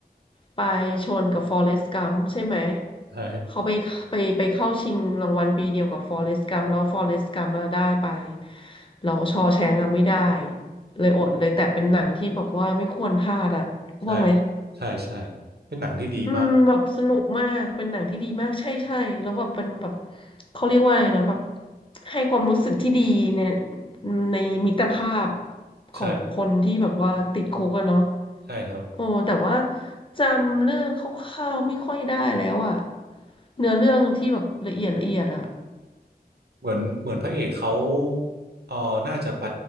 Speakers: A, on the left (about 30°); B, on the right (about 80°).
A: ไปชนกับฟอเรสต์กัมใช่ไหม
B: ใช่
A: เขาไปไปไปเข้าชิงรางวัลปีเดียวกับฟอเรสต์กัมแล้วฟอเรสต์กัมมาได้ไปเราชอว์แชงก์อะไม่ได้เลยอดเลยแต่เป็นหนังที่แบบว่าไม่ควรพลาดอะว่าไหม
B: ใช่ใช่ใช่เป็นหนังที่ดีมาก
A: อืมแบบสนุกมากเป็นหนังที่ดีมากใช่ใช่แล้วแบบเป็นแบบเขาเรียกว่าอะไรนะแบบให้ความรู้สึกที่ดีในในมิตรภาพของคนที่แบบว่าติดคุกอะเนาะ
B: ใช่ใช่ครับ
A: โอ้แต่ว่าจำเรื่องคร่าวๆไม่ค่อยได้แล้วอะเนื้อเรื่องที่แบบละเอียดละเอียดอะ
B: เหมือนเหมือนพระเอกเขาเออน่าจะไป